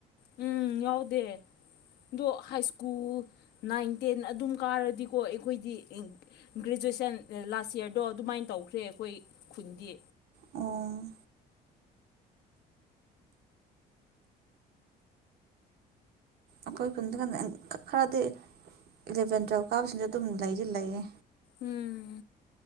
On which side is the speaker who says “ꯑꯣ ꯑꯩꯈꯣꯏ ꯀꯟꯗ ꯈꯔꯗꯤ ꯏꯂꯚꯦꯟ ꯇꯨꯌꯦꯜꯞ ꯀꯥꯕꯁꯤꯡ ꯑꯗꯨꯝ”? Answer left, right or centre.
Right